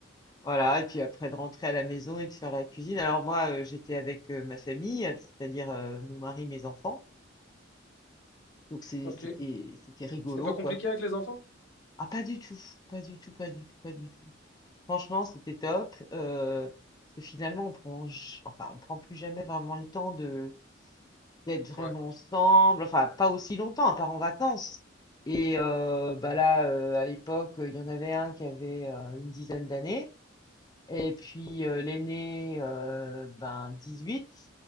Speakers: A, on the left; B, on the left.
A: voilà, et puis après de rentrer à la maison et de faire la cuisine. Alors moi, euh, j'étais avec euh, ma famille, euh, c'est-à-dire euh, mon mari, mes enfants. Donc c'est-
B: Ok.
A: c'était c'était rigolo
B: C'était pas compliqué
A: quoi.
B: avec les enfants?
A: Ah pas du tout, pas du tout, pas du tout, pas du tout. Franchement, c'était top euh, parce que finalement on prend j- enfin on prend plus jamais vraiment le temps de d'être vraiment
B: Ouais.
A: ensemble. Enfin pas aussi longtemps, à part en vacances. Et euh, bah là, euh, à l'époque, il y en avait un qui avait euh, une dizaine d'années. Et puis euh, l'aîné, euh, ben 18.